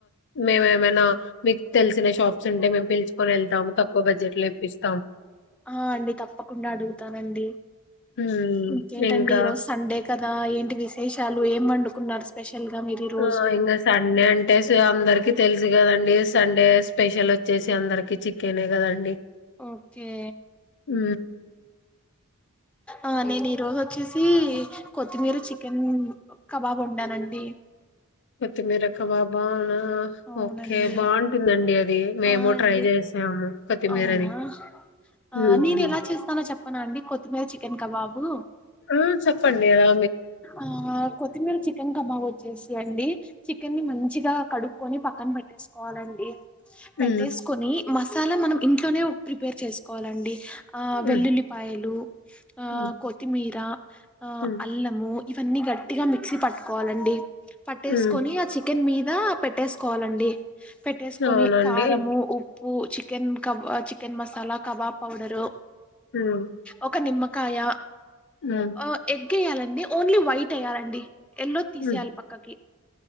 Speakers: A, on the left (about 55°); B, in the centre.
A: మేము ఏమైనా మీకు తెలిసిన షాప్స్ ఉంటే మేము పిలుచుకొని వెళ్తాము తక్కు ఎ బజట్ ఇేపిస్తంది
B: ఆ అండి తప్పకుండా అడుగుతానండి
A: హ్మ్.
B: ఇంకేంటండి
A: ఇంకా
B: ఈరోజు సండే కదా ఏంటి విశేషాలు ఏమంట న్నారు స్పెషల్ గా మీరు ఈ రోజు
A: ఆ ఇంకా సండే అంటే అందరికి తెలుసు కదండి పలీ సండే స్పెషల్ వచ్చేసి అందరికి చికెనే కదండి
B: ఓకే
A: ఉ
B: ఆ నేను ఈ రోజు వచ్చేసి ఇది కొత్తిమీర చికెన్ కబాబ్ు ఉండాలండి
A: పతే మరా కబబానా ఆ
B: అవునండి
A: ఓకే బాగుంటుందండి అది మేము
B: ఆ అండి
A: ట్రై చేసాము కొత్తిమీరది
B: అవునా ఆ
A: ఉహు
B: నేను ఎలా చేస్తాన చెప్పన అండి కొత్తిమీర చికెన్ కబాబు
A: ఆ చెప్పండి రా
B: ఆ కొత్తి మల చికెన్ కమ్గతు వచ్చేసి అండి చికెన్ మంచిగా కడుక్కకొని పక్కన పెట్టేసుకోవాలండి పెట్టేకొని
A: ఉమ్
B: మసాలా మనం ఇంట్లోనే ప్రిపేర్ చేసుకోవాలండి ఆ వెల్లుల్లిపాయలు
A: ఉమ్
B: ఆ
A: ఉమ్
B: కొత్తిమీర ఆ
A: ఉమ్
B: అల్లము ఇవన్నీ గట్టిగా మిక్సీ పట్టు కోాలండి పట్టేసుకొని
A: ఉమ్
B: ఆ చికెన్ మీద దా పెట్టేసుకోవాలండి పెట్టేసుకొని
A: అవునండి
B: కారము ఉ చికెన్ క చికెన్ మసాలా కబాబ్ పౌడరు
A: ఉమ్
B: ఒక నిమ్ కాయా
A: ఉమ్
B: ఆ ఎ వయ్యాలండి ఓన్లీ వైట్ వయ్యాలండి ఎల్లో తీసేయాలి
A: ఉమ్
B: పక్కకి